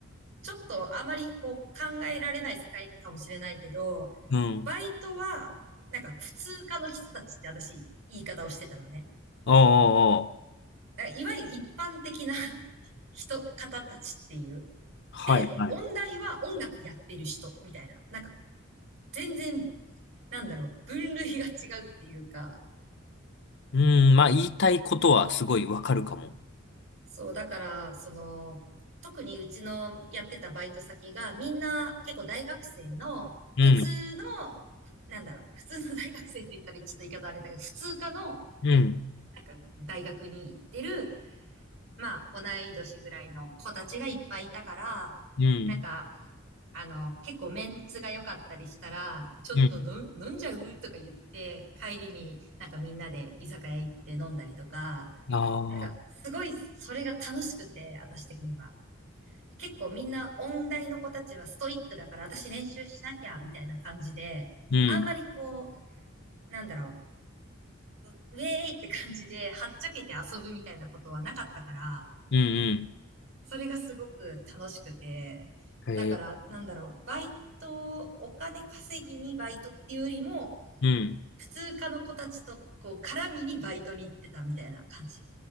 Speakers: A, on the right; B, on the left.
A: ちょっとあまりこう、考えられない世界かもしれないけど、
B: うん。
A: バイトは、なんか普通科の人たちって私、言い方をしてたのね。
B: おうおうおう。
A: だからいわゆる一般的な <laughs> 人、方たちっていう。
B: はい、
A: で、
B: はい。
A: 音大は音楽やってる人、みたいな。なんか、全然なんだろう、分類が違うっていうか、
B: うん、まあ言いたいことはすごいわかるかも。
A: そう、だから、その、特にうちのやってたバイト先が、みんな結構大学生の、
B: うん、
A: 普通の、ふなんだろう、普通の大学生って言ったらちょっと言い方あれだけど、普通科の、
B: うん、
A: なんか大学に行ってる、まあ、同い年ぐらいの子たちがいっぱいいたから、
B: うん、
A: なんか、あの、結構メンツが良かったりしたら、ちょっとの飲んじゃうとか言って、
B: うん。
A: 帰りになんかみんなで居酒屋行って飲んだりとか、
B: あ
A: なんか、
B: あ、
A: すごい、それが楽しくて、私的には。結構みんな、音大の子たちはストイックだから、私練習しなきゃ、みたいな感じで、
B: うん、
A: あんまりこう、なんだろう、ウェーイって感じで、はっちゃけて遊ぶみたいなことはなかったから、
B: うん、うん
A: それがすごく楽しくて、
B: へえ、
A: だから、なんだろう、バイト、お金稼ぎにバイトっていうよりも、
B: うん。
A: 普通科の子たちと、こう、絡みにバイトに行ってたみたいな感じ。